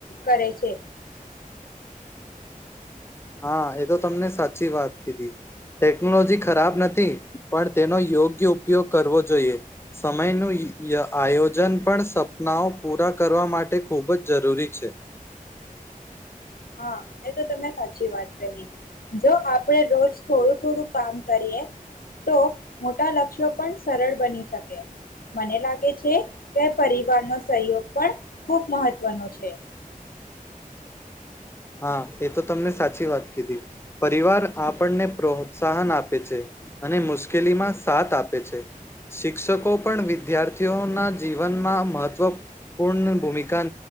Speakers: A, on the left; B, on the left.
A: કરે છે
B: હા, એ તો તમને સાચી વાત કીધી ટેકનોલોજી ખરાબ નથી પણ તેનો યોગ્ય ઉપયોગ કરવો જોઈએ સમયનું આયોજન પણ સપનાઓ પૂરા કરવા માટે ખૂબ જ જરૂરી છે
A: હા, એ તો તમે સાચી વાત કહી જો આપણે રોજ થોડું થોડું કામ કરીએ તો મોટા લક્ષ્યો પણ સરળ બની શકે મને લાગે છે કે પરિવારનો સહયોગ પણ ખૂબ મહત્વનો છે
B: હા એ તો તમને સાચી વાત કીધી, પરિવાર આપણને પ્રોત્સાહન આપે છે અને મુશ્કેલીમાં સાથ આપે છે, શિક્ષકો પણ વિદ્યાર્થીઓના જીવનમાં મહત્ત્વપૂર્ણ ભૂમિકા